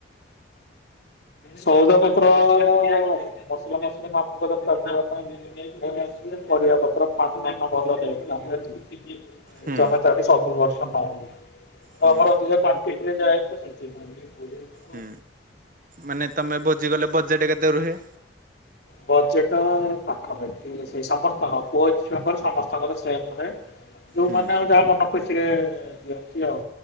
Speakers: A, on the left; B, on the right.
A: ସଉଦା ପତ୍ର ମସଲା ମସଲି ମାମୁଁଙ୍କ ଦୋକନ। <unintelligible> ସେ ଆସିଲେ ପରିବା ପତ୍ର ପାନ ଫାନ ଭଲ ଦେବେ। ଏ
B: ହୁଁ
A: ତମେ ତାଠି ସବୁ ବର୍ଷ। <unintelligible>
B: ହୁଁ
A: ଆମର ଅଧିକ କ୍ୱାଣ୍ଟିଟିରେ ଯାଏ ତ ସେଇଥିପାଇଁ।
B: ହୁଁ। ମାନେ ତମେ ଭୋଜି କଲେ ବଜେଟ କେତେ ରୁହେ?
A: ବଜେଟ ପାଖପାଖି ସେଇ ସମସ୍ତଙ୍କ ପୁଅ ଝିଅଙ୍କର ସମସ୍ତଙ୍କର ସେମ୍ ରେଟ୍। ଯୋଉମାନେ
B: ହୁଁ
A: ଆଉ ଯାହା ମନ ଖୁସିରେ ଦିଅନ୍ତି ଆଉ।